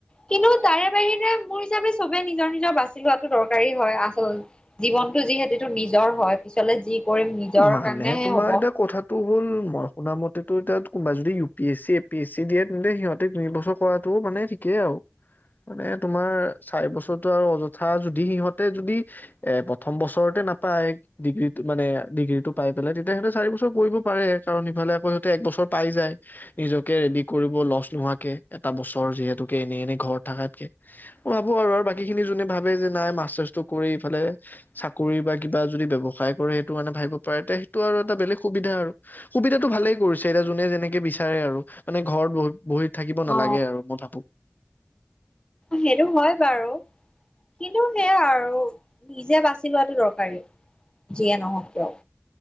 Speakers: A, on the left (about 20°); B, on the left (about 45°).
A: কিন্তু তাৰে বাহিৰে। মোৰ হিচাপে চবে নিজৰ নিজৰ বাছি লোৱাটো দৰকাৰী হয়। আচল জীৱনতটো যিহেটেতো নিজৰ হয়। পিছলে যি কৰিম নিজৰ
B: মানে
A: কাৰণেহে
B: তোমাৰ
A: হ'ব
B: এটা কথাটো হ'ল মই শুনা মতে তোৰ তাত কোনবাই যদি U P S C, A P S C দিয়ে, তেন্তে সিহঁতে তিনি বছৰ কৰাতটোও মানে ঠিকেই আৰু। মানে তোমাৰ চাৰি বছৰটো আৰু অযথা যদি সিহঁতে যদি এ, প্ৰথম বছৰতে নাপায় ডিগ্ৰী মানে ডিগ্ৰীটো পাই পেলেই তেতিয়া সিহঁতে চাৰি বছৰ কৰিব পাৰে। কাৰণ ইফালে আকৌ সিহঁতে এক বছৰ পাই যায়। নিজকে ৰেডি কৰিব লছ নোহোৱাকে এটা বছৰ যিহেতুকে এনে এনে ঘৰত থাকাতকে। মই ভাবো আৰু আৰু বাকী খিনি যোনে ভাবে যে নাই মাষ্টাৰ্চটো কৰি ইফালে চাকৰি বা কিবা যদি ব্যৱসায় কৰে সেইটো মানে ভাবিব পাৰেতে সেইটো আৰু এটা বেলেগ সুবিধা আৰু সুবিধাটো ভালেই কৰিছে এতিয়া যোনে যেনেকে বিচাৰে আৰু মানে ঘৰত বইি থাকিব নালাগে
A: অ
B: আৰু, মই ভাবো।
A: সেইটো হয় বাৰু। কিন্তু সেয়া আৰু নিজে বাচি লোৱাটো দৰকাৰী। যিয়ে নহওক কিয়।